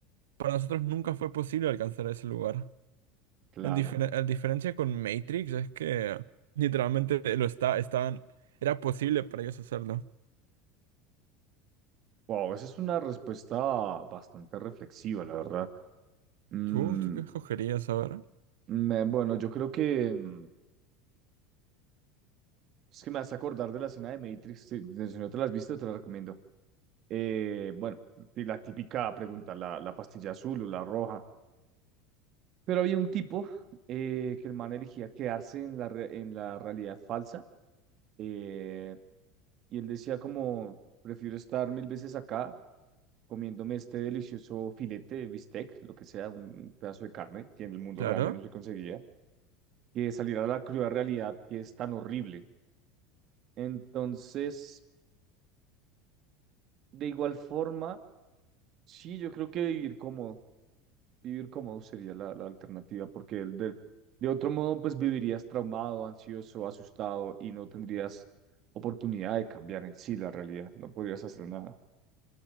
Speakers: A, on the right; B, on the right.
A: Para nosotros nunca fue posible alcanzar ese lugar.
B: Claro.
A: En difer- a diferencia con Matrix es que literalmente lo está, estaban, era posible para ellos hacerlo.
B: Wow, esa es una respuesta bastante reflexiva, la verdad. Mm,
A: ¿Tú, tú qué escogerías ahora?
B: Me- bueno, yo creo que mm, es que me vas a acordar de la escena de Matrix. sí, pues, Si no te la has visto, te la recomiendo. Eh, bueno, y la típica pregunta, la, la pastilla azul o la roja. Pero había un tipo eh, que el man elegía quedarse en la, re- en la realidad falsa. eh, y él decía como, prefiero estar mil veces acá comiéndome este delicioso filete de bistec, lo que sea, un pedazo de carne que en el mundo
A: Claro,
B: real ya no se conseguía, que salir a la cruda realidad que es tan horrible. Entonces, de igual forma, sí, yo creo que vivir cómodo, vivir cómodo sería la, la alternativa, porque el de, de otro modo, pues vivirías traumado, ansioso, asustado y no tendrías oportunidad de cambiar en sí la realidad, no podrías hacer nada.